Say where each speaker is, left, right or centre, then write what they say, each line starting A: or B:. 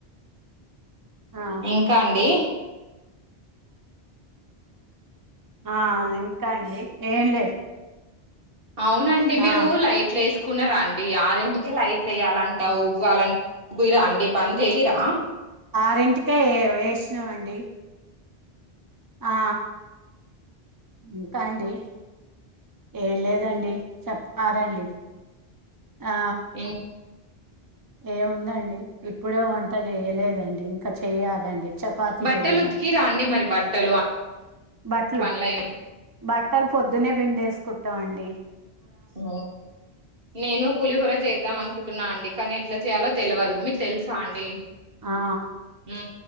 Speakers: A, on the right; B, on the right.
A: ఆ
B: ఇంకా అండి
A: ఆ ఇంకా అండి ఏం లేదు
B: అవునండి మీరు
A: ఆ
B: లైట్లు వేసుకున్నారా అండి ఆరింటికే లైట్లు వేయాలంటా ఊకోవాలంట కుయరా అండి పన్ చెయ్యరా
A: ఆరింటికే ఏ వేసినవండి ఆ ఇంకా అండి ఏం లేదండి చెప్తారండి ఆ
B: ఇం
A: ఏం ఉందండి ఇప్పుడే వంట చెయ్యలేదండి కా చెయ్యాలండి చపాతి
B: బట్టలు
A: చెయ్యా
B: ఉతికిరా అండి మరి బట్టలు
A: బట్టలు
B: పనులైన
A: బట్టలు పొద్దునే బిండేసుకుంటామండి
B: ఊ నేను పులిహోర చేతాం అనుకుంటున్నా అండి కానీ ఎట్లా చేయాలో తెలవదు మీకు తెలుసా అండి
A: ఆ
B: ఊ